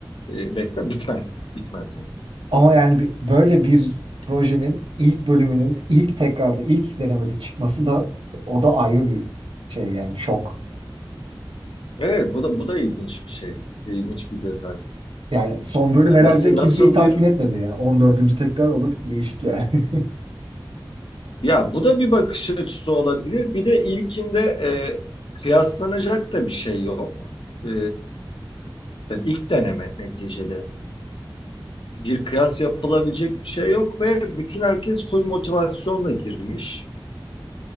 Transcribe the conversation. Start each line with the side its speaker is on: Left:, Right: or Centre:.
Left: e, bekle bitmez bitmez yani.
Right: Ama yani bir- böyle bir projenin ilk bölümünün ilk tekrarda ilk denemede çıkması da o da ayrı bir şey yani şok.
Left: Evet bu da bu da ilginç bir şey. ilginç bir detay.
Right: Yani son bölüm
Left: Yani
Right: herhalde
Left: nasıl
Right: kimseyi
Left: nasıl
Right: tatmin
Left: bir
Right: etmedi yani. on dördüncü tekrar olur değişik yani. <laughs>
Left: ya bu da bir bakış açısı olabilir. Bir de ilkinde e, kıyaslanacak da bir şey yok. E, yani ilk deneme neticede. Bir kıyas yapılabilecek bir şey yok ve bütün herkes full motivasyonla girmiş.